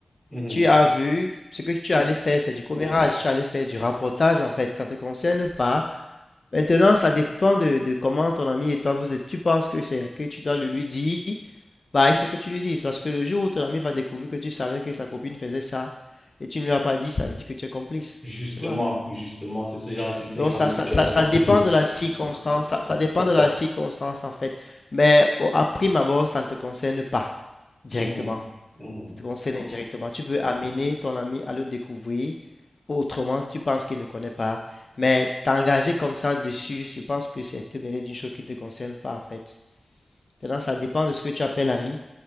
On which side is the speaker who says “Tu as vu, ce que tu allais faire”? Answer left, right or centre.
Left